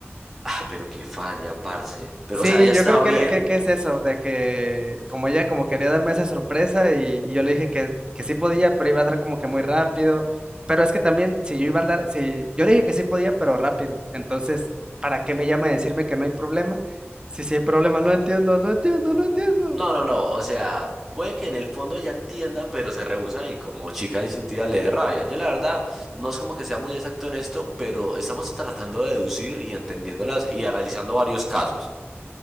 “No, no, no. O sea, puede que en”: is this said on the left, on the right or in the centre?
Centre